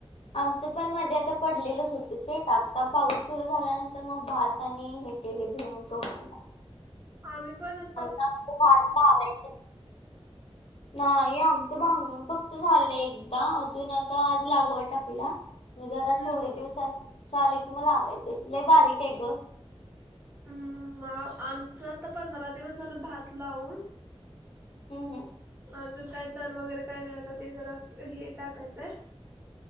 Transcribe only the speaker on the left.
आमचं पण मध्ये आता पडलेलंच होतं शेट आता पाऊस सुरू झाल्यानंतर मग भात आणि हे. तेन्ही भुईमुग टोकणलाय.
अगं आमचा भात लावायचा आहे अजून नाही आमचं भांग फक्त झालंय एकदा अजून आता आज लागव टाकला. जरा
थोडे दिवसाने चालिक म लावायचं लई बारीक आहे ग.
हम हम.